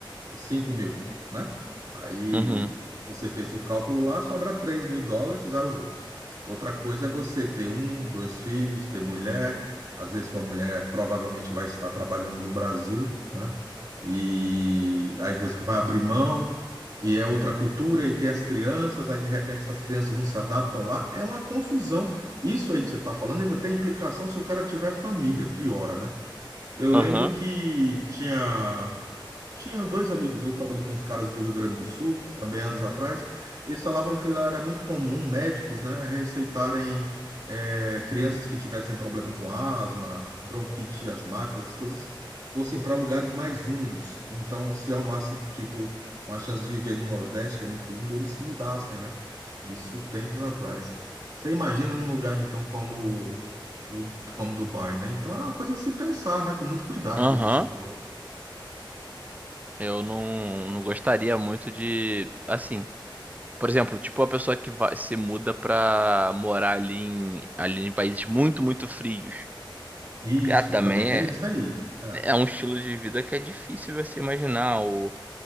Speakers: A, on the right (about 50°); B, on the right (about 20°).
A: cinco mil, né? Aí
B: uhum,
A: você fez o cálculo lá, sobra três mil dólares, aí eu vou. Outra coisa é você ter um, dois filhos, ter mulher. Às vezes sua mulher provavelmente vai estar trabalhando no Brasil, né? E aí você vai abrir mão, e é outra cultura, e tem as crianças, aí de repente essas crianças não se adaptam lá. É uma confusão. Isso aí que você está falando ainda tem implicação se o cara tiver família, piora, né? Eu lembro
B: aham,
A: que tinha tinha dois amigos meus, trabalhei com uns caras do Rio Grande do Sul, também anos atrás, e eles falavam que lá era muito comum médicos, né, receitarem eh, crianças que tivessem problema com asma, bronquite asmática, essas coisas, fossem para lugares mais úmidos. Então, se arrumasse, tipo, uma chance de viver no Nordeste, que é muito úmido, eles se mudassem, né? Isso tempos atrás. Você imagina num lugar, então, como, o- como Dubai, né? Então, é uma coisa a se pensar, né, com muito cuidado,
B: aham.
A: como você falou.
B: Eu não, não gostaria muito de, assim... Por exemplo, tipo a pessoa que vai, se muda pra morar ali em, ali em países muito, muito frios.
A: Isso,
B: Ah, também
A: também tem
B: é,
A: isso aí. É,
B: É um estilo de vida que é difícil você imaginar. Ou